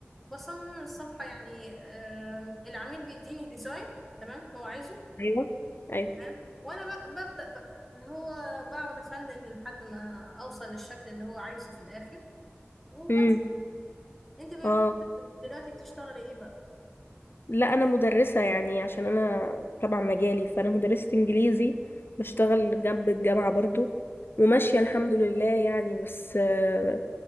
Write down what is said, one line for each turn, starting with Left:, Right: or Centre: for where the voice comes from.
Centre: بصمم الصفحة يعني آم، العميل بيديني ديزاين تمام هو عايزه
Left: ايوه ايوه
Centre: تمام وأنا بق- ببدأ بقى اللي هو بقعد أفنن لحد ما أوصل للشكل اللي هو عايزه في الآخر وبس
Left: امم
Centre: أنت ب-
Left: اه
Centre: دلوقتي بتشتغلي إيه بقى
Left: لا انا مدرسه يعني عشان انا تبع مجالي فانا مدرسه انجليزي بشتغل جنب الجامعه برضو وماشيه الحمد لله يعني بس آه،